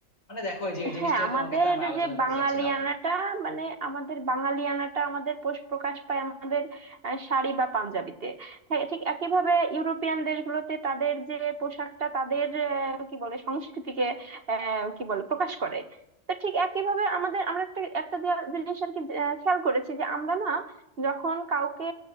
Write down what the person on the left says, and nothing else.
মানে দেখো এই যে এই জিনিসটা
তোমার কাছে আমি আলোচনা
করতে
চাচ্ছিলাম